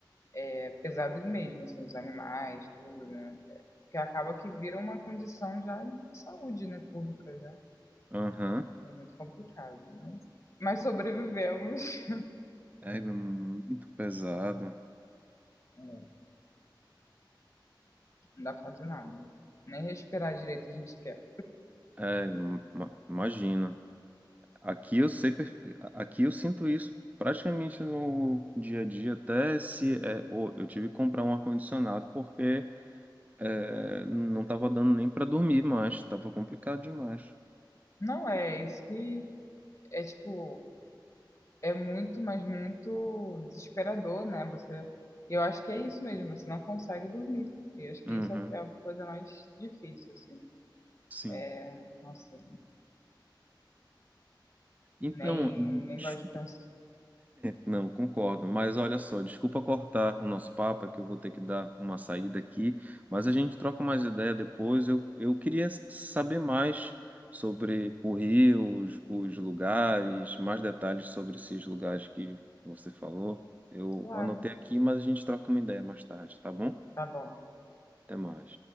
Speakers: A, on the left; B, on the right.
A: é, pesadas mesmo, assim, os animais, tudo, né? Que acaba que vira uma condição já de saúde, né, pública já.
B: Aham.
A: É muito complicado, mas, mas sobrevivemos.
B: É muito pesado.
A: É, Não dá pra fazer nada. Nem respirar direito a gente quer.
B: É, ima- imagino. Aqui eu sei, perfe- aqui eu sinto isso praticamente no dia a dia, até se é, ô, eu tive que comprar um ar-condicionado porque é, não estava dando nem para dormir mais, estava complicado demais.
A: Não, é é isso que é tipo, é muito, mas muito desesperador, né? Você, eu acho que é isso mesmo, você não consegue dormir. E eu acho que
B: Uhum,
A: isso é é a coisa mais difícil, assim.
B: sim.
A: É, nossa,
B: Então,
A: nem, nem
B: desculpa
A: gosto de pensar.
B: Não, concordo. Mas olha só, desculpa cortar o nosso papo, é que eu vou ter que dar uma saída aqui, mas a gente troca mais ideia depois. Eu, eu queria s- saber mais sobre o Rio, os, os lugares, mais detalhes sobre esses lugares que você falou. Eu
A: Claro,
B: anotei aqui, mas a gente troca uma ideia mais tarde, tá bom?
A: tá bom.
B: Até mais.